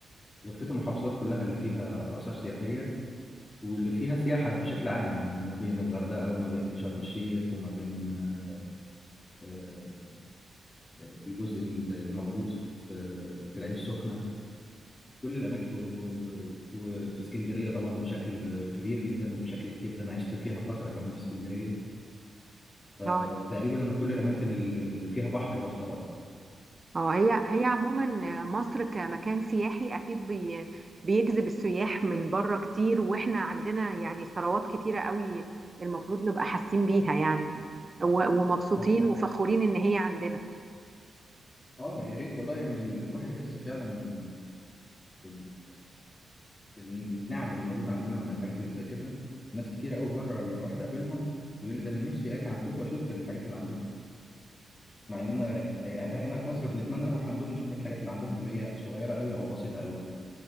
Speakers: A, on the left; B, on the right.
A: لفيت المحافظات كلها اللي فيها آثار سياحية واللي فيها سياحة بشكل عام يعني ما بين الغردقة وما بين شرم الشيخ وما بين آه، آه، الجزء اللي موجود في في العين السخنة كل الأماكن و- و- و- وفي اسكندرية طبعا بشكل كبير جدا وبشكل كتير ده أنا عشت فيها فترة كمان في اسكندرية فتقريبا
B: اه
A: أنا كل الأماكن اللي فيها بحر رحتها
B: اه هي هي عموما مصر كمكان سياحي اكيد بي بيجذب السياح من بره كتير واحنا عندنا يعني ثروات كتيره قوي المفروض نبقى حاسين بيها يعني و- ومبسوطين
A: اه طبعا
B: وفخورين ان هي عندنا
A: اه يا ريت والله يعني ال- الواحد يحس فعلا بال... بال... بال- بالنعم اللي موجوده عندنا من الحاجات اللي زي كده ناس كتير قوي بره الواحد قابلهم بيقول لي ده انا نفسي اجي عندكم واشوف الحاجات اللي عندكم مع ان انا هنا في مصر بنتمنى نروح عندهم نشوف الحاجات اللي عندهم اللي هي صغيره قوي او بسيطه قوي